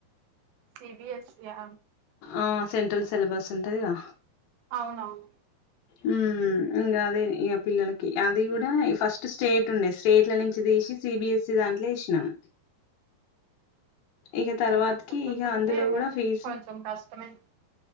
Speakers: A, on the right; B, on the left.
A: సిబిఎస్ఈ యా
B: అవును సెంట్రల్ సిలబస్ ఉంటదిగా
A: అవునవును
B: ఉ ఉ ఇగ అదే ఇగ పిల్లలకి అది కూడా ఫస్ట్ స్టేట్ ఉండే స్టేట్ల నుంచి తీసి సిబిఎస్ఈ దాంట్లో ఎసినాం ఇగ తర్వాతకి
A: సెంట్రల్ సిలబస్
B: ఇగ
A: అంటే
B: అందులో కూడా ఫీజు
A: కొంచెం కష్టమే